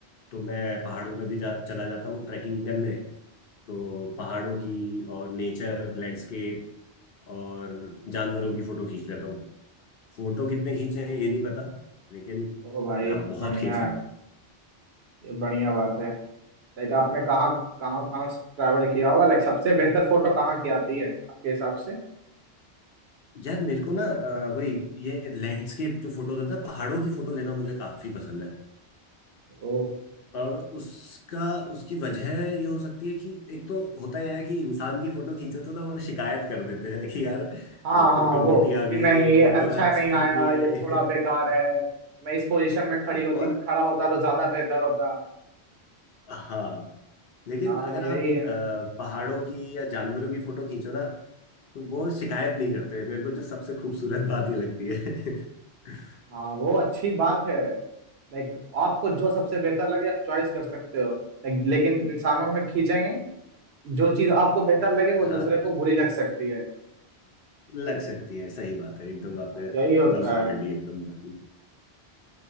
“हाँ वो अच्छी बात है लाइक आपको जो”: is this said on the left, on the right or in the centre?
Right